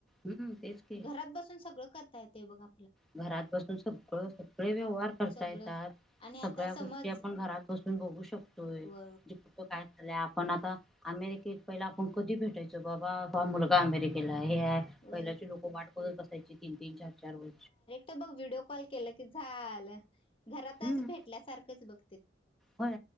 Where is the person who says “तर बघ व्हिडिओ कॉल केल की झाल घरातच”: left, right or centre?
Left